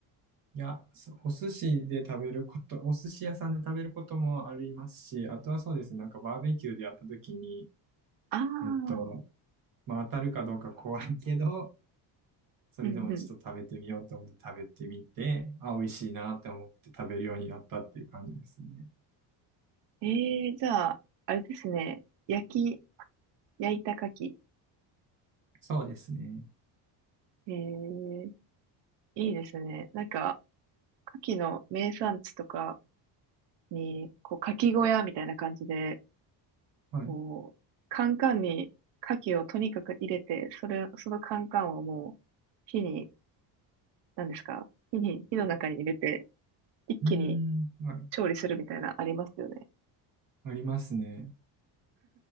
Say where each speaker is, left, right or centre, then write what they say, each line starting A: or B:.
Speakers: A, on the right; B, on the right.
A: いや、そお寿司で食べること、お寿司屋さんで食べることもありますし、あとはそうですね。なんかバーベキューでやった時に、
B: ああ、
A: えっと、まあ当たるかどうか怖いけど、それでもちょっと食べてみようと思って食べてみて、
B: うんう
A: あ、美味しいなって思って食べるようになったっていう感じですね。
B: ん。ええー、じゃあ、あれですね。焼き、焼いた牡蠣。
A: そうですね。
B: ええいいですね。なんか、牡蠣の名産地とかに、こう、牡蠣小屋みたいな感じで、
A: はい。
B: こう、
A: う
B: カンカンに牡蠣をとにかく入れて、それ、そのカンカンをもう火に、何ですか、火に、火の中に入れて、一気に
A: ーん、はい。
B: 調理するみたいなありますよね。
A: ありますね。